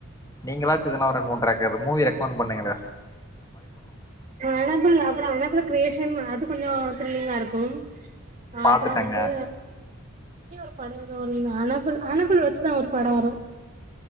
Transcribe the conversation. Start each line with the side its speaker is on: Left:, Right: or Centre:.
Left: நீங்களாச் எதனா ஒரு ரெண்டு மூனு ரெக்கர் மூவி ரெக்கமண்ட் பண்ணுங்கள
Right: அனபுல் அப்பறோ அனபுல் கிரியேஷன் அது கொஞ்சோ திரில்லிங்கா இருக்கும் ஆ
Left: பாத்துட்டேங்க
Right: அப்பறோ வந்து இனி ஒரு படொ எதோ ஒன்னு அனபுல் அனபுல் வச்சுதா ஒரு படொ வரு